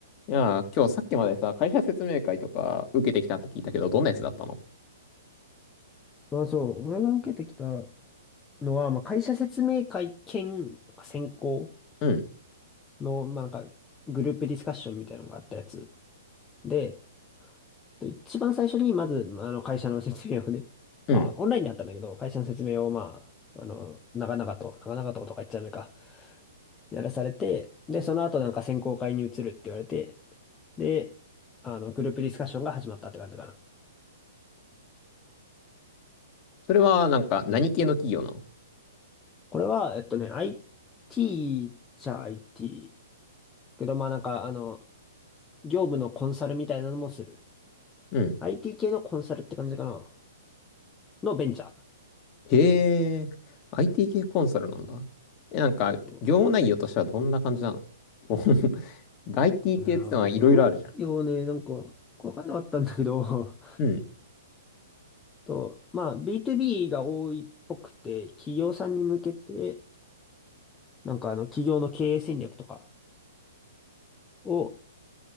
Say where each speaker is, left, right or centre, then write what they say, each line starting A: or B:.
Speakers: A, on the left; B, on the left.
A: いやー、今日さっきまでさ、会社説明会とか受けてきたって聞いたけど、どんなやつだったの
B: まあそう、俺が受けてきたのは、まあ会社説明会兼、なんか選考
A: うん、
B: の、まあなんかグループディスカッションみたいなのがあったやつ。で、一番最初にまず、まああの会社の説明をね、<laughs>
A: うん。
B: まあオンラインだったんだけど、会社の説明をまあ、あの、長々と、長々ととか言っちゃダメか、やらされて、で、その後なんか選考会に移るって言われて、で、あの、グループディスカッションが始まったって感じかな。
A: それは、なんか、何系の企業なの
B: これは、えっとね、IT じゃ IT。けど、まあなんか、あの、業務のコンサルみたいなのもする。
A: うん。
B: IT 系のコンサルって感じかな。のベンチャー。
A: へえ、IT 系コンサルなんだ。え、なんか、
B: そ
A: 業務内容としてはどんな感じなのこう <laughs> IT
B: う。いやー、
A: 系ってのはいろいろあるじゃん。
B: 業務用ね、なんか、わかんなかったんだけど、
A: うん、
B: <laughs> と、まあ、B2B が多いっぽくて、企業さんに向けて、なんかあの、企業の経営戦略とかを、